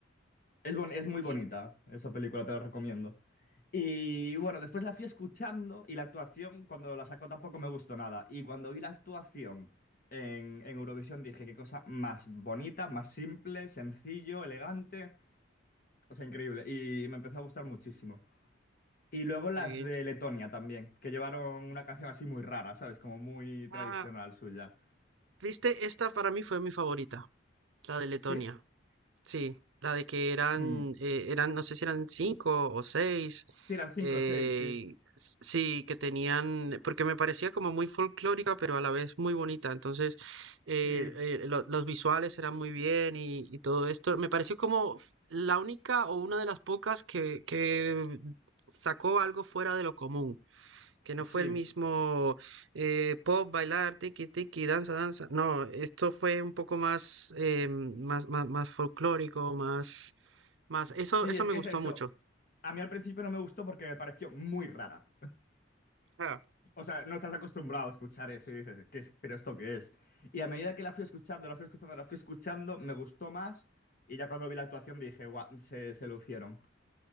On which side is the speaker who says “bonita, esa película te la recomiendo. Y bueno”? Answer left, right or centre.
Left